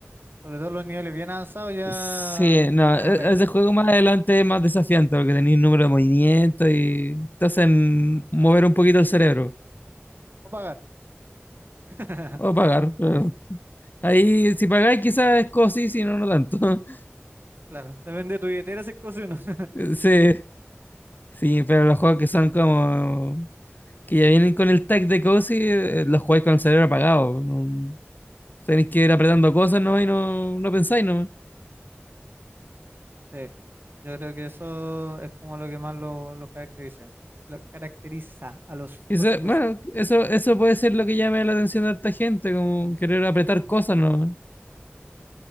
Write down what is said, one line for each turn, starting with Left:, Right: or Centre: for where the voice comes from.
Right: Sobre todo los niveles bien avanzados ya
Left: Sí, no,
Right: es medio
Left: e-
Right: arriesga.
Left: ese juego más adelante es más desafiante porque tenéis número de movimientos y te hacen mover un poquito el cerebro
Right: O pagar. <laughs>
Left: o pagar. pero Ahí, si pagáis, quizás es cosi, si no, no tanto. <laughs>
Right: Claro, depende de tu billetera si es cozy o no. <laughs>
Left: Sí, sí, pero los juegos que son como que ya vienen con el tag de cosi, eh, los jugáis con el cerebro apagado. No, tenéis que ir apretando cosas, ¿no? Y no, no pensáis, ¿no?
Right: Sí, yo creo que eso es como lo que más lo, lo caracteriza. Lo caracteriza a los
Left: Y
Right: cozy
Left: Eso,
Right: cozy.
Left: bueno, eso, eso puede ser lo que llame la atención de harta gente, como querer apretar cosas, ¿no?